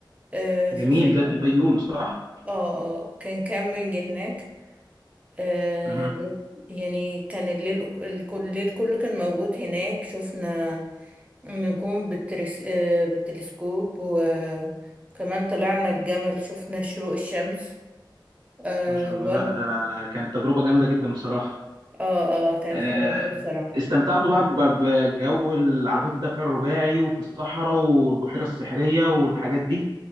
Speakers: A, on the right; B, on the right.
A: آه في
B: جميل
A: الفيوم
B: ده في الفيوم صح
A: اه اه كان كامبينج هناك آه
B: اها
A: بت- يعني كان الليل الكل الليل كله كان موجود هناك شفنا النجوم بالترس... آه بالتلسكوب و كمان طلعنا الجمل شفنا شروق الشمس آه
B: ما شاء
A: بر
B: الله لا ده كانت تجربة جامدة جدا بصراحة
A: اه اه كانت
B: آه،
A: حلوة أوي بصراحة
B: استمتعت بقى ب- بجو العربيات الدفع الرباعي وفي الصحراء والبحيرة السحرية والحاجات دي